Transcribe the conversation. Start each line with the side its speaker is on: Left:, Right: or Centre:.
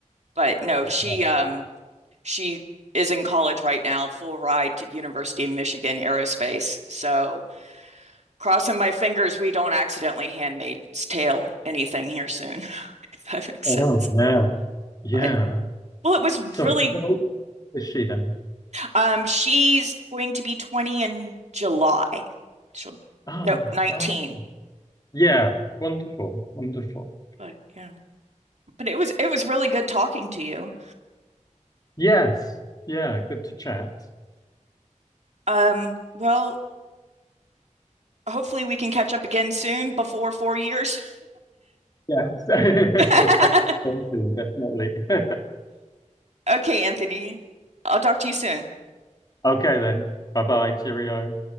Right: But no, she
Left: Yeah.
Right: um she is in college right now, full ride to University of Michigan Aerospace. So crossing my fingers we don't accidentally Handmaid's Tale anything here soon, <laughs> if that makes
Left: Oh,
Right: sense.
Left: yeah. Yeah.
Right: But well, it was
Left: So
Right: really
Left: how old is she then?
Right: um she's going to be 20 in July. She'll
Left: Oh,
Right: no, 19.
Left: uh, yeah. Wonderful, wonderful.
Right: But yeah. But it was it was really good talking to you.
Left: Yes. Yeah. Good to chat.
Right: Um, well, hopefully we can catch up again soon before four years.
Left: Yes. <laughs>
Right: <laughs>
Left: We'll catch up soon, definitely. <laughs>
Right: Okay, Anthony. I'll talk to you soon.
Left: Okay then. Bye bye. Cheerio.